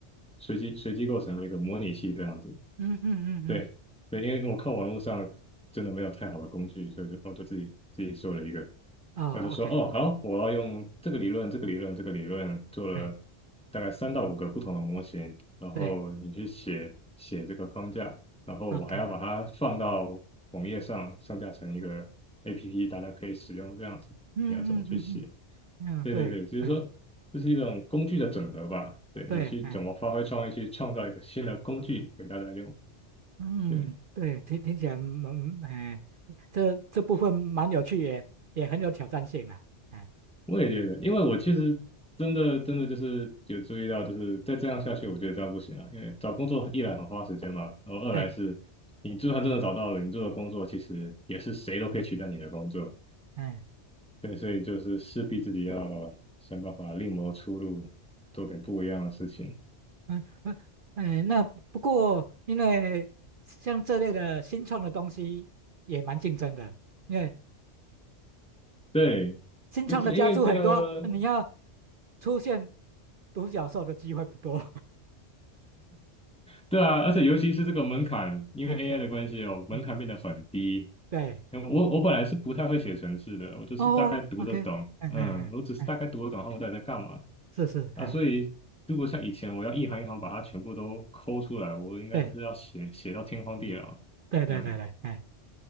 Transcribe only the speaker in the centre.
随机随机构成的一个模拟器这样子。
对对，因为我看网络上真的没有太好的工具，所以就我就自己自己做了一个，
我就说哦好，我要用这个理论、这个理论、这个理论做了
大概三到五个不同的模型，然后你去写写这个框架，
然后我还要把它放到网页上上架成一个
APP，大家可以使用这样子，
你要怎么去写？
对对对，
就是说这是一种工具的整合吧，
对你去怎么发挥创意，
去创造一个新的工具给大家用。
对。
我也觉得，因为我其实真的真的就是有注意到，就是再这样下去，我觉得这样不行了。因为找工作一来很花时间嘛，然后二来是，
你就算真的找到了，你做的工作其实也是谁都可以取代你的工作。
对，所以就是势必自己要想办法另谋出路，做点不一样的事情。
对，
就是因为这个
对啊，而且尤其是这个门槛，
因为
AI
的关系哦，门槛变得很低。
嗯我我本来是不太会写程式的，我就是大概读得懂，
嗯，我只是大概读得懂他们到底在干嘛。
啊，
所以如果像以前我要一行一行把它全部都抠出来，我应该是要写写到天荒地老。
嗯，